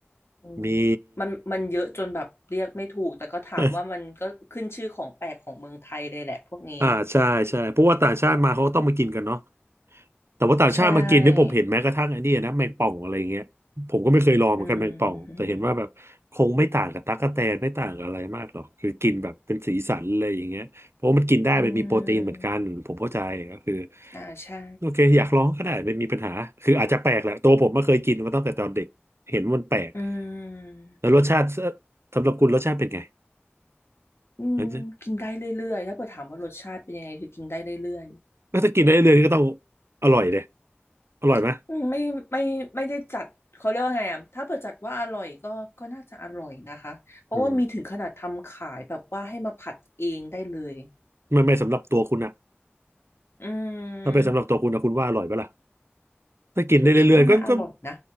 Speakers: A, on the left; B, on the right.
A: อืม
B: มี
A: มันมันเยอะจนแบบเรียกไม่ถูกแต่ก็ถามว่ามันก็ขึ้นชื่อของแปลกของเมืองไทยเลยแหละพวกนี้
B: <laughs> อ่าใช่ใช่เพราะว่าต่างชาติมาเขาก็ต้องมากินกันเนาะ แต่ว่าต่างชาติมากินเนี่ยผมเห็นแม้กระทั่งไอ้นี่นะแมงป่องอะไรเงี้ยผมก็ไม่เคยลองเหมือนกันแมงป่องแต่เห็นว่าแบบคงไม่ต่างกับตั๊กแตนไม่ต่างกับอะไรมากหรอกคือกินแบบเป็นสีสันอะไรอย่างเงี้ยเพราะว่ามันกินได้มันมีโปรตีนเหมือนกันผมเข้าใจก็คือ
A: ใช่อืมอืมอ่าใช่
B: โอเคอยากลองก็ได้ไม่มีปัญหาคืออาจจะแปลกแหละตัวผมไม่เคยกินมาตั้งแต่ตอนเด็กเห็นว่ามันแปลก
A: อืม
B: แล้วรสชาติสำหรับคุณรสชาติเป็นไง
A: อืมกินได้เรื่อยๆถ้าเกิดถามว่ารสชาติเป็นยังไงคือกินได้เรื่อย
B: งั้นจะก็ถ้ากินได้เรื่อยๆก็ต้องอร่อยเลยอร่อยไหม
A: ๆอืมไม่ไม่ไม่ได้จัดเขาเรียกว่าไงอ่ะถ้าเกจัดว่าอร่อยก็ก็น่าจะอร่อยนะคะเพราะว่ามีถึงขนาดทำขายแบบว่าให้มาผัดเองได้เลย
B: อืมไม่ไม่สำหรับตัวคุณอะ
A: อืม
B: ถ้าเป็นสำหรับตัวคุณนะคุณว่าอร่อยปะล่ะถ้ากินได้เรื่อยๆก็ก็
A: ก็คิดว่าน่าอร่อยนะ